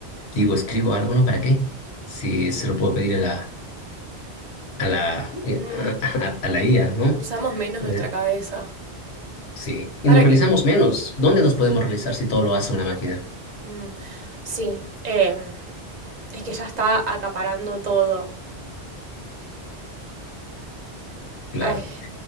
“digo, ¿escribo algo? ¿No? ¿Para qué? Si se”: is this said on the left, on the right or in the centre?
Left